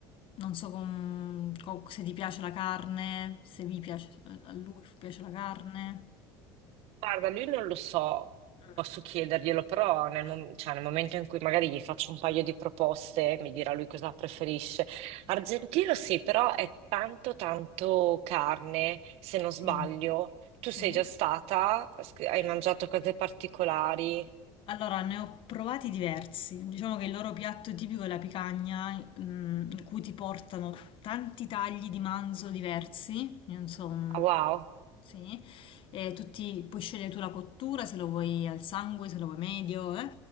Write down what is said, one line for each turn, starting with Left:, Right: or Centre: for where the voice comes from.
Left: Non so com- co- se ti piace la carne, se vi piace, a lui piace la carne.
Right: Guarda, lui non lo so,
Left: Mm.
Right: posso chiederglielo, però nel, mom- cioè, nel momento in cui magari gli faccio un paio di proposte, mi dirà lui cosa preferisce. Argentino sì, però è tanto tanto carne, se non
Left: Sì,
Right: sbaglio. Tu
Left: sì.
Right: sei già stata? Hai mangiato cose particolari?
Left: Allora, ne ho provati diversi. Diciamo che il loro piatto tipico è la picagna, mm, in cui ti portano tanti tagli di manzo diversi, Io non so, mm,
Right: Ah, wow.
Left: sì, e tutti puoi scegliere tu la cottura, se lo vuoi al sangue, se lo vuoi medio, eh.